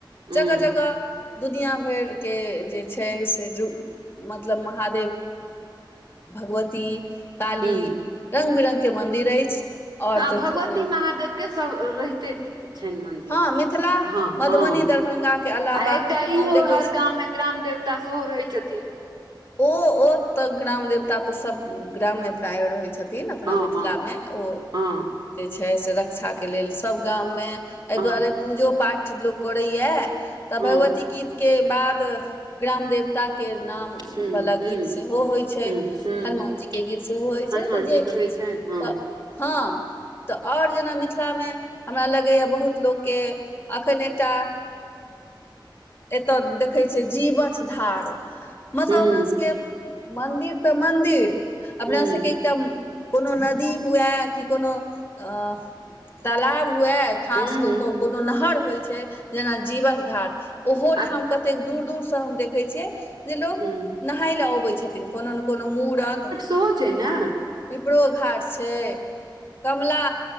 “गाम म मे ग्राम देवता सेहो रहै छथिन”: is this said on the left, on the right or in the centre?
Right